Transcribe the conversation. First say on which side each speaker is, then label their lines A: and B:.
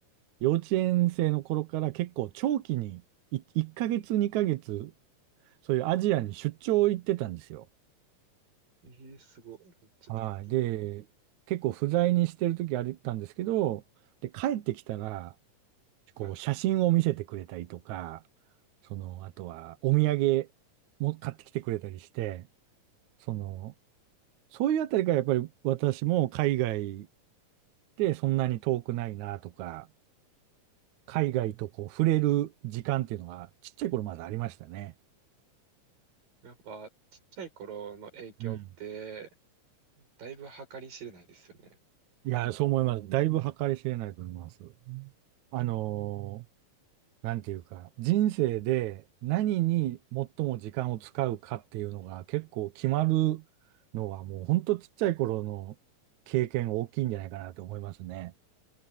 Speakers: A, on the right (about 70°); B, on the right (about 85°).
A: 幼稚園生の頃から結構長期にい1ヶ月、2ヶ月、そういうアジアに出張行ってたんですよ。
B: えー、すごい。めっちゃたいいな。
A: はい。で、結構不在にしてる時あったんですけど、で、帰ってきたら、こう、
B: はい。
A: 写真を見せてくれたりとか、その、あとは、お土産も買ってきてくれたりして、その、そういうあたりからやっぱり私も海外でそんなに遠くないなとか、海外とこう、触れる時間っていうのが、ちっちゃい頃まだありましたね。
B: やっぱ、ちっちゃい頃の影響って、
A: うん。
B: だいぶ計り知れないですよね。
A: いや、そう思います。だいぶ計り知れないと思います。あのーなんていうか、人生で何に最も時間を使うかっていうのが結構決まるのはもうほんとちっちゃい頃の経験大きいんじゃないかなと思いますね。